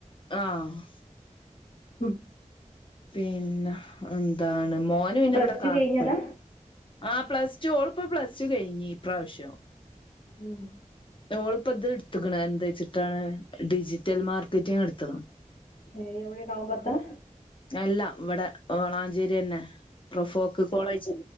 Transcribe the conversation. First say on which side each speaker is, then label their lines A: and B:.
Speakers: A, on the left; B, on the left.
A: ആഹ്
B: ഹും
A: പിന്നെ എന്താണ് മോന്
B: അപ്പൊ
A: പിന്നെ
B: പ്ലസ്
A: ഇവിടെ
B: ടു
A: കാർ
B: കഴിഞ്ഞതാ
A: പ്പെ ആഹ് പ്ലസ് റ്റു ഓളപ്പ പ്ലസ് റ്റു കഴിഞ്ഞി ഇപ്രാവശ്യം
B: ഉം
A: ഓള്പ്പ ത് ട്ത്‌ക്ക്ണ് എന്താ ച്ചിട്ടാണ് ഡിജിറ്റൽ മാർക്കറ്റിംങ് എടുത്ത്ണ്
B: ഏ എവിടെ കാവ് പൊർത്താ
A: അല്ല ഇവിടെ വളാഞ്ചേരി ന്നെ പ്രൊഫോക്ക് കോളേജ്